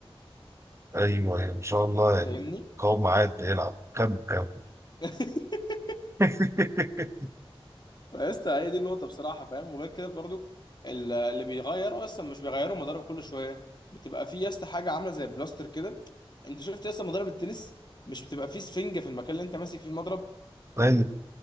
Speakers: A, on the right; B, on the left.
A: أيوه أيوه إن شاء الله يعني
B: فاهمني
A: قوم عاد بيلعب كم كم
B: <laughs>
A: <laughs>
B: بس هي دي النقطة بصراحة فاهم وغير كده برضو ال- اللي بيغيروا اصلا مش بيغيروا مضارب كل شوية بتبقى في يس عاملة عاملة زي بلاستر كده انت شفت يس مضارب التنس مش بتبقى فيه سفنجة في المكان اللي انت ماسك فيه المضرب
A: طيب